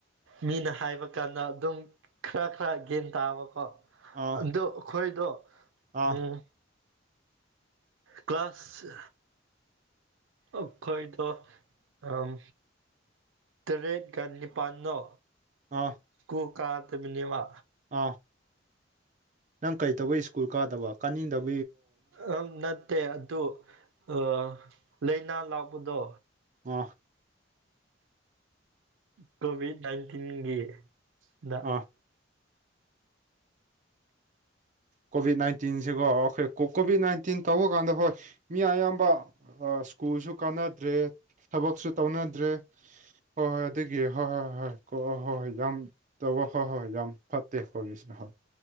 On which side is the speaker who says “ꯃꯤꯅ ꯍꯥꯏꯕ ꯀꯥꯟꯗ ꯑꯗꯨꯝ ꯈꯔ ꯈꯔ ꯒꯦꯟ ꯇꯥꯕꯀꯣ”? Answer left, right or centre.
Right